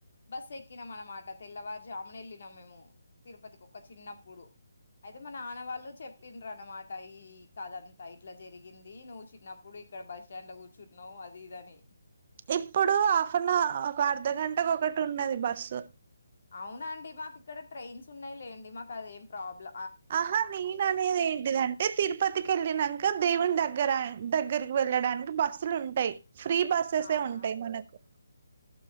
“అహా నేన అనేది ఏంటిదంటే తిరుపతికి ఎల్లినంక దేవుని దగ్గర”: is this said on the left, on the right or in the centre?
Right